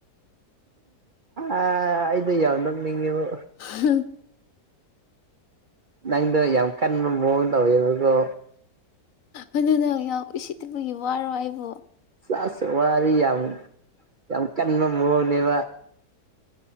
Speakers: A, on the right; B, on the left.
A: ꯑꯩꯗꯣ ꯌꯥꯝ ꯅꯣꯛꯅꯤꯡꯉꯦꯕꯣ꯫
B: <unintelligible>
A: ꯅꯪꯗꯣ ꯌꯥꯝ ꯀꯟꯕ ꯃꯑꯣꯡ ꯇꯧꯋꯦꯕꯀꯣ꯫
B: ꯑꯗꯨꯗꯣ ꯌꯥꯝ ꯎꯁꯤꯠꯇꯥꯕꯒꯤ ꯋꯥꯔꯣ ꯑꯩꯕꯨ꯫
A: ꯁꯥꯁ ꯋꯥꯔꯤ ꯌꯥꯝ ꯌꯥꯝ ꯀꯟꯕ ꯃꯑꯣꯡꯅꯦꯕ꯫